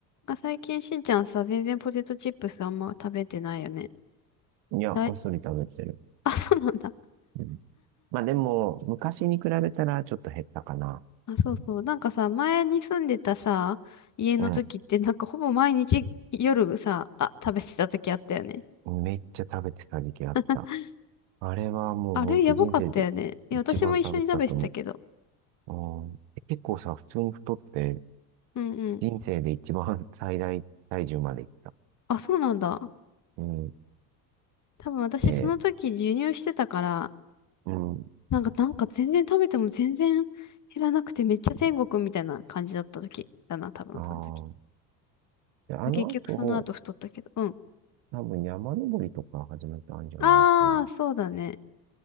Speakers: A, on the left; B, on the right.
A: なんか最近しんちゃんさ、全然ポテトチップスあんま食べてないよね。
B: いや、
A: だい、
B: こっそり食べてる。
A: <laughs> あ、そうなんだ。
B: うん、まあでも、昔に比べたらちょっと減ったかな。
A: あ、そうそう。なんかさ、前に住んでたさ、家の時って、
B: うん、
A: なんかほぼ毎日夜さ、あ、食べてた時あったよね。
B: うん。めっちゃ食べてた時期あった。
A: <laughs>
B: あれはもうほんと人生で一番食べてたと思
A: あれ、やばかったよね。いや、私も一緒に食べてたけど。
B: う。うん、結構さ、普通に太って、
A: うんうん。
B: 人生で一番 <laughs> 最大体重までいった。
A: あ、そうなんだ。
B: うん。
A: 多分私その時授乳してたから、
B: で、うん。
A: なんか、なんか全然食べても全然減らなくてめっちゃ天国みたいな感じだった時だな、多分その時。
B: ああ。で、あの後、
A: 結局その後太ったけど。うん。
B: 多分山登りとか始めたんじゃないかな。
A: ああ、そうだね。